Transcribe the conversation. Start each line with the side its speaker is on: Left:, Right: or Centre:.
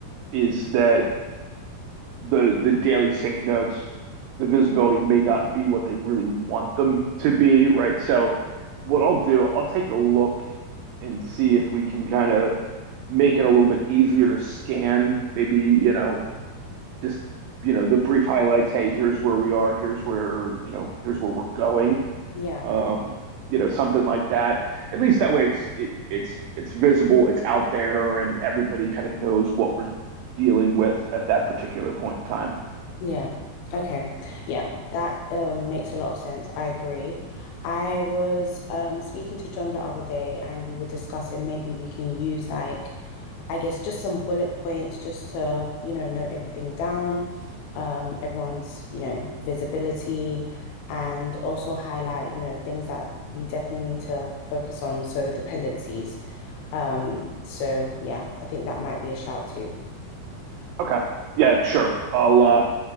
Right: is that the the daily sync notes, the visibility may not be what they really want them to be, right? So what I'll do, I'll take a look and see if we can kind of make it a little bit easier to scan. Maybe, you know, just, you know, the brief highlights. Hey, here's where we are. Here's where, you know, here's where we're going.
Left: Yeah.
Right: Um, you know, something like that. At least that way it's it, it's it's visible, it's out there, and everybody kind of knows what we're dealing with at that particular point in time.
Left: Yeah. Okay. Yeah, that um makes a lot of sense. I agree. I was um speaking to John the other day and we were discussing maybe we can use like I guess just some bullet points just to, you know, note everything down, um everyone's, you know, visibility and also highlight, you know, things that we definitely need to focus on, so dependencies. Um so yeah, I think that might be a shout too.
Right: Okay. Yeah, sure. I'll uh